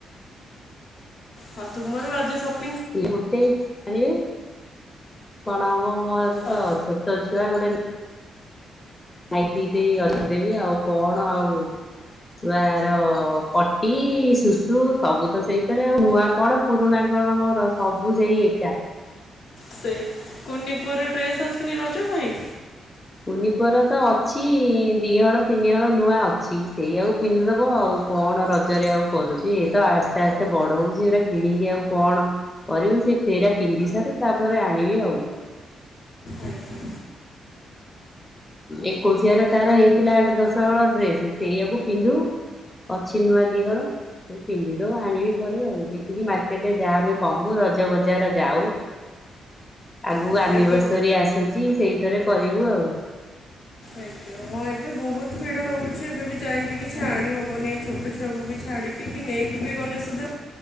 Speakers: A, on the left; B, on the left.
A: ହଁ ତୁମର ରଜ ସପି
B: ଗୋଟେ ଆଣିବେ, କଣ ହବ ମୋର ତ
A: ଅ,
B: ଛୋଟ ଝିଅ ଗୋଟେ ନାଇଟି ଟିଏ ରଖିଦେବି ଆଉ କଣ ଆଉ ଛୁଆର ପଟି ଶୁଶୁ ସବୁ ତ ସେଇଥିରେ, ଆଉ ନୂଆ କଣ? ପୁରୁଣା କଣ ମୋର ସବୁ ସେଇ ଏକା
A: ସେଇ କୁନିପୁଅର ଡ୍ରେସ ଆଶୁନି ରଜ ପାଈଁ?
B: କୁନିପୁଅର ତ ଅଛି ଦିହଳ ତିନିହଳ ନୂଆ ଅଛି ସେଇ ଆକୁ ପିନ୍ଧିଦବ ଆଉ କଣ ରଜରେ ଆଉ କରୁଛି, ଏ ତ ଆସ୍ତେ ଆସ୍ତେ ବଡ ହୋଉଛି ଏଟା କିଣିକି ଆଉ କଣ କରିବୁ ସେ ଫେରା ପିନ୍ଧି ସାରୁ ତାପରେ ଆଣିବି ଆଉ।
A: ଆଜ୍ଞା।
B: ଏକୋଇଶିଆରେ ତାର ହେଇଥିଲା ଆଠ ଦଶହଳ ଡ୍ରେସ ସେଇଆକୁ ପିନ୍ଧୁ ଅଛି ନୂଆ ଦିଇହଳ। ପିନ୍ଧି ଦୋଉ ଆଣିବି ପରେ ଆଉ, ଦେଖିକି ମାର୍କେଟରେ ଜାମ୍ କମୁ ରଜ ବଜାର ଯାଉ। ଆଗକୁ
A: ହଁ
B: ଆନିଭର୍ସରୀ
A: ଏବେ
B: ଆସୁଛି ସେଇଥରେ କରିବୁ ଆଉ।
A: ଆଜ୍ଞା ହଁ ଏବେ ବୋହୁତ ଭିଡ଼ ରହୁଚି ଏବେ ବି ଯାଇକି କିଛି ଆଣିହେବନି ଛୋଟ ଛୁଆକୁ ବି ଛାଡ଼ିକି। <unintelligible> ନେଇକି ବି ଗଲେ ସୁଦ୍ଧା